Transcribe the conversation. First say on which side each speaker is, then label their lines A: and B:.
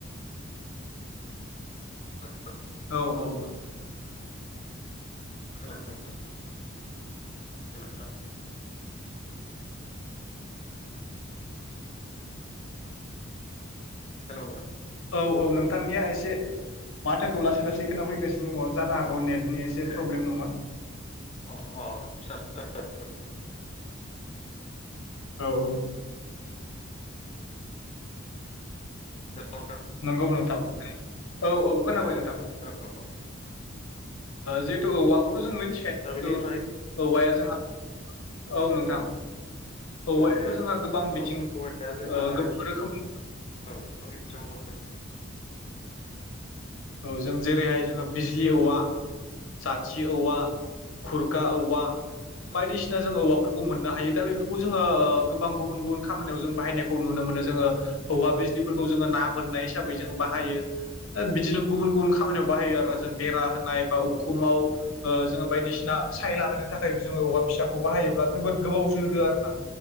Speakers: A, on the left (about 30°); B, on the left (about 85°).
A: <unintelligible>
B: औ औ।
A: खोनादों नोंथां। हेलौ नोंथां। हेल' नोंथां।
B: औ औ नोंथांनिया एसे माथोखौ लासै लासै खोनाफैगासिनो दङ जानो हागौ नेट नि एसे
A: ए
B: प्रब्लेम नङा
A: अ अ <unintelligible>
B: औ औ।
A: हेलौ नोंथां।
B: नंगौ नोंथां औ औ खोनाबाय नोंथां।
A: औ औ। औ
B: जिहेतु
A: दे
B: औवाखौथ' जों मिथिखायो जितु
A: दा बेनिफ्राय
B: औवाया जोंहा औ नोंथां औवायाथ'
A: औवाया
B: जोंहा गोबां
A: औ
B: बिथिं
A: औवाया जोंहा
B: गोबां
A: आरो
B: रोखोमनि
A: औ <unintelligible>
B: औ जों जेरैहाय जोङो
A: औ नोंथां
B: बिजलि औवा जाथि औवा खुरखा
A: औ
B: औवा
A: नोंथां
B: बायदिसिना जों औवाफोरखौ मोननो हायो दा बेफोरखौ
A: औ
B: जोङो ओ गोबां गुबुन गुबुन खामानिआव जों बाहायनायखौ नुनो मोनो जोङो हौवा बिजलिफोरखौ जोङो ना बोननाय हिसाबै जोङो बाहायो ओ बिदिनो गुबुन गुबुन खामानिआव बाहायो आरोना
A: औ
B: जों बेरा होनाय बा उखुमाव जोङो ओ‌ बायदिसिना सायला होनो थाखायबो जोंङो औवा फिसाखौ बाहायोब्ला जोबोद गोबाव जोरो आरो ना